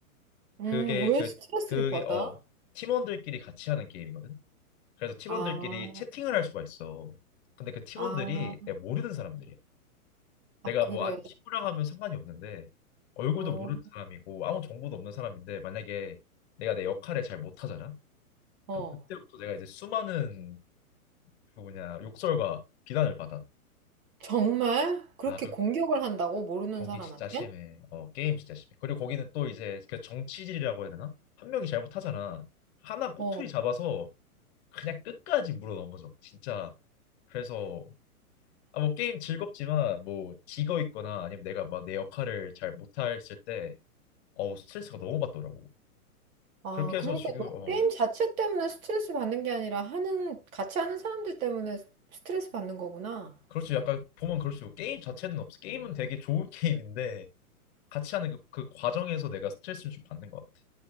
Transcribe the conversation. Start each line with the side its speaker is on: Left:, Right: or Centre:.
Right: 음,
Left: 그게
Right: 왜
Left: 그
Right: 스트레스를
Left: 그게
Right: 받아?
Left: 어 팀원들끼리 같이 하는 게임이거든 그래서 팀원들끼리
Right: 아,
Left: 채팅을 할 수가 있어 근데 그 팀원들이
Right: 아,
Left: 내가 모르는 사람들이야 내가
Right: 아, 그래.
Left: 뭐 아는 친구랑 하면 상관이 없는데 얼굴도
Right: 어,
Left: 모르는 사람이고 아무 정보도 없는 사람인데 만약에 내가 내 역할을 잘 못하잖아?
Right: 어.
Left: 그럼 그때부터 내가 이제 수많은 그 뭐냐 욕설과 비난을 받아.
Right: 정말? 그렇게
Left: 아, 그
Right: 공격을 한다고? 모르는
Left: 거기
Right: 사람한테?
Left: 진짜 심해. 어, 게임 진짜 심해. 그리고 거기는 또 이제 그 정치질이라고 해야 되나? 한 명이 잘못하잖아. 하나 꼬투리
Right: 어.
Left: 잡아서 그냥 끝까지 물어 넘어져. 진짜. 그래서 아, 뭐 게임 즐겁지만 뭐 지거 있거나 아니면 내가 막 내 역할을 잘 못했을 때 어우 스트레스가 너무 받더라고.
Right: 아,
Left: 그렇게 해서
Right: 그러니까
Left: 지금 어
Right: 너 게임 자체 때문에 스트레스 받는 게 아니라 하는, 같이 하는 사람들 때문에 스트레스 받는 거구나.
Left: 그렇지 약간 보면 그럴 수 있고 게임 자체는 없어. 게임은 되게 좋은 <laughs> 게임인데 같이 하는 그, 그 과정에서 내가 스트레스를 좀 받는 것 같아.